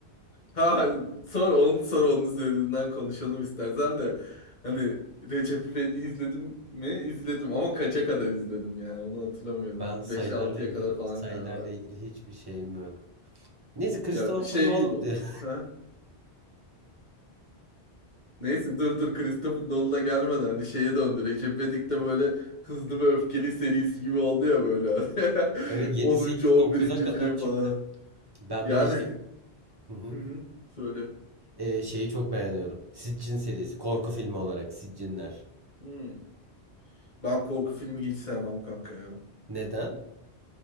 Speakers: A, on the left (about 45°); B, on the right (about 25°).
A: Ha sor onu sor onun üzerinden konuşalım istersen de. Hani Recep İvedik'i izledim mi? İzledim ama kaça kadar izledim yani onu hatırlamıyorum.
B: <laughs> Ben sayılarla
A: beş altıya
B: ilgili
A: kadar falan
B: sayılarla
A: galiba.
B: ilgili hiçbir şeyim yok. Neyse Christopher
A: Ya şey
B: Nolan
A: gibi o.
B: diyor. <laughs>
A: Ha? Neyse dur dur Christopher Nolan'a gelmeden hani şeye döndü. Recep İvedik de böyle Hızlı ve Öfkeli serisi gibi oldu ya böyle. hani.
B: Evet
A: <laughs>
B: yedi
A: 10.
B: sekiz
A: 11.
B: dokuz'a kadar
A: film
B: çıktım.
A: falan.
B: Ben
A: Yani
B: bir de şey Hı hı.
A: hı hı, söyle.
B: Ee, şeyi çok beğeniyorum. Siccin serisi. Korku filmi olarak Siccinler.
A: Hmm. Ben korku filmi hiç sevmem kanka ya.
B: Neden?